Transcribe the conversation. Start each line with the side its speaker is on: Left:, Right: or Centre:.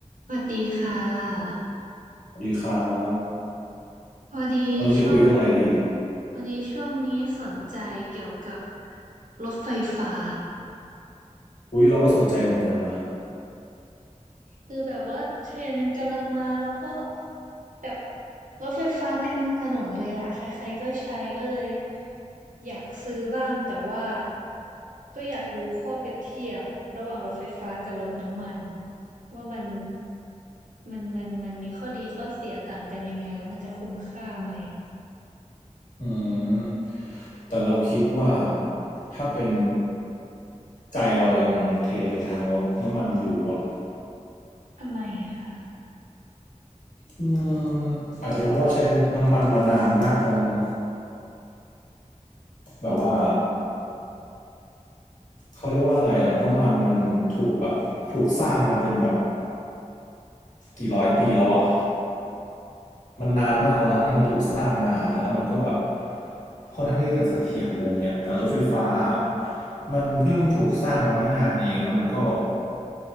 Right: สวัสดีค่ะ
Left: สวัสดีครับ
Right: พอดีช่วง
Left: วันนี้จะคุยเรื่องอะไรดี
Right: พอดีช่วงนี้สนใจเกี่ยวกับรถไฟฟ้า
Left: อุ้ยเราก็สนใจเหมือนกันนะ
Right: คือแบบว่าเทรนด์มันกำลังมาแล้วก็แบบรถไฟฟ้าเต็มถนนเลยอ่ะใครๆก็ใช้ก็เลยอยากซื้อบ้างแต่ว่าก็อยากรู้ข้อเปรียบเทียบระหว่างรถไฟฟ้ากับรถน้ำมันว่ามันมันมันมันมีข้อดีข้อเสียต่างกันยังไงแล้วมันจะคุ้มค่าไหม
Left: อืมแต่เราคิดว่าถ้าเป็นใจเรายังเทไปทางรถน้ำมันอยู่อ่ะ
Right: ทำไมอะคะ
Left: อืมอาจจะเป็นเพราะว่าใช้น้ำมันมานานมากมั้งมั้งแบบว่า
Right: อ๋อ
Left: เขาเรียกว่าอะไรอ่ะรถน้ำมันมันถูกแบบถูกสร้างมาเป็นแบบ กี่ร้อยปีแล้ววะมันนานมากแล้วนะที่มันถูกสร้างมาแล้วมันก็แบบค่อนข้างที่จะเสถียรอะไรเงี้ยแต่รถไฟฟ้ามันเพิ่งถูกสร้างมาไม่นานเองแล้วมันก็